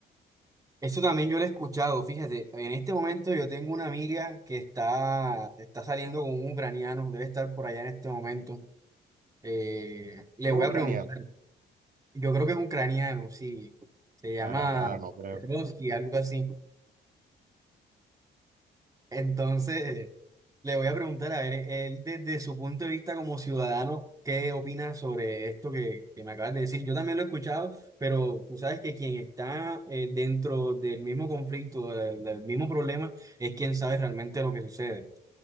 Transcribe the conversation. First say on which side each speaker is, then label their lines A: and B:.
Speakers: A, on the right (about 15°); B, on the right (about 45°).
A: Eso también yo lo he escuchado, fíjate, en este momento yo tengo una amiga que está, está saliendo con un ucraniano, debe estar por allá en este momento. Eh, le
B: Si
A: voy
B: es ucraniano?
A: a preguntar, yo creo que es ucraniano, sí, se llama
B: Para nada, no creo.
A: Petrovsky, algo así. Entonces, eh, le voy a preguntar, a ver, él desde su punto de vista como ciudadano, ¿qué opina sobre esto que, que me acabas de decir? Yo también lo he escuchado, pero tú sabes que quien está eh, dentro del mismo conflicto, del, del mismo problema, es quien sabe realmente lo que sucede.